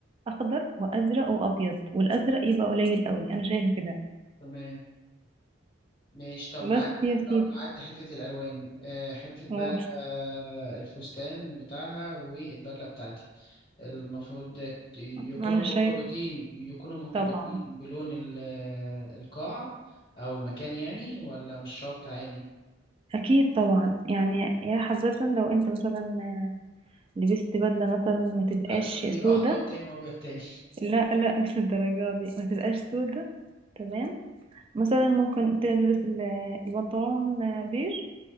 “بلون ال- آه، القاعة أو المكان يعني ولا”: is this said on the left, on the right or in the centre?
Left